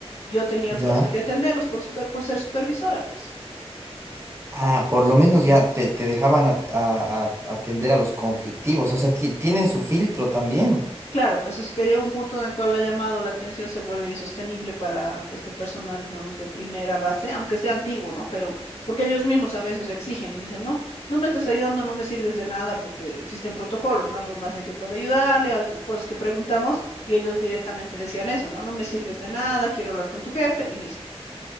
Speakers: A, on the left (about 80°); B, on the right (about 25°).
A: yo tenía
B: ya.
A: el placer de atenderlos por, super, por ser supervisora, pues.
B: Ah, por lo menos ya te, te dejaban at- a- a- atender a los conflictivos, o sea, ti- tienen su filtro también.
A: Claro, pues es que llega un punto en el cual la llamada o la atención se vuelve insostenible para este personal, digamos, de primera base, aunque sea antiguo, ¿no? Pero porque ellos mismos a veces exigen y dicen, no, no me estás ayudando, no me sirves de nada porque existen protocolos, ¿no? Algo más en que pueda ayudarle, algo- cosas que preguntamos y ellos directamente decían eso, ¿no? No me sirves de nada, quiero hablar con tu jefe y listo.